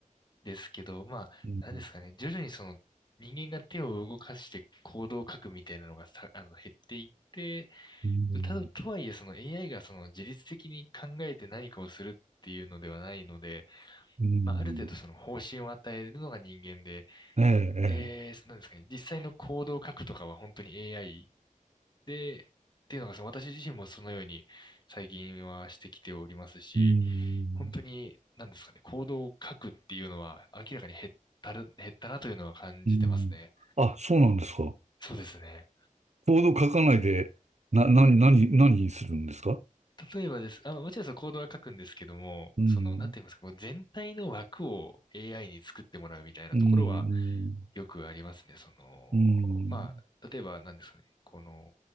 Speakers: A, on the left; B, on the right.
A: ですけど、まあ、
B: うん。
A: なんですかね。徐々にその人間が手を動かして行動を書くみたいなのがさ、あの、減っていって、
B: うん。
A: ただ、とはいえその AI がその自律的に考えて何かをするっていうのではないので、
B: うん。
A: まあ、ある程度その方針を与えるのが人間で、
B: ええ、ええ。
A: で、そなんですかね、実際のコードを書くとかは本当に AI で、っていうのがその私自身もそのように最近はしてきておりますし、
B: うん。
A: 本当に何ですかね、コードを書くっていうのは明らかに減ったる、減ったなというのは感じてますね。
B: うん。あ、そうなんですか。
A: そうですね。
B: コード書かないで、な、な、何、何にするんですか
A: 例えばです。あ、もちろんそのコードは書くんですけども、
B: うん。
A: その、なんて言いますか、もう全体の枠を AI に作ってもらうみたいなところは
B: うん。
A: よくありますね。その、
B: うん。
A: まあ、例えば何ですかね。この、